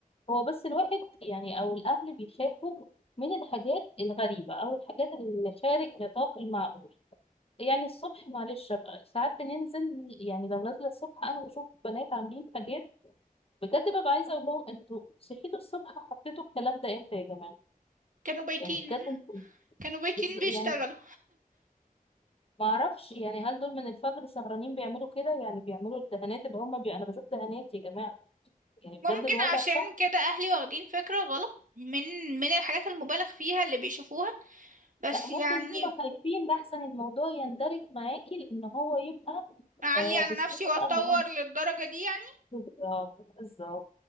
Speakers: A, on the left (about 40°); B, on the right (about 60°).
A: هو بس الواحد يعني أو الأهل بيخافوا من الحاجات الغريبة أو الحاجات اللي خارج نطاق المعقول يعني الصبح معلش بقى ساعات بننزل يعني لو نازلة الصبح أنا بشوف بنات عاملين حاجات بجد ببقى عايزة أقول لهم أنتوا صحيتوا الصبح حطيتوا الكلام ده إمتى يا جماعة
B: كانوا بايتين
A: يعني بجد أنتوا
B: كانوا بايتين
A: بز-
B: بيشتغلوا
A: يعني ما اعرفش يعني هل دول من الفجر سهرانين بيعملوا كده يعني بيعملوا الدهانات اللي هم بي... انا بشوف دهانات يا جماعه يعني
B: ممكن
A: بجد الوضع
B: عشان
A: صعب
B: كده أهلي واخدين فكرة غلط من من الحاجات المبالغ فيها اللي بيشوفوها بس
A: لا ممكن
B: يعني
A: هم خايفين لحسن الموضوع يندرج معاكي لان هو يبقى
B: أعلي
A: آه
B: على
A: بصورة
B: نفسي
A: بقى
B: وأتطور
A: اللي هم
B: للدرجة دي يعني
A: بالظبط بالظبط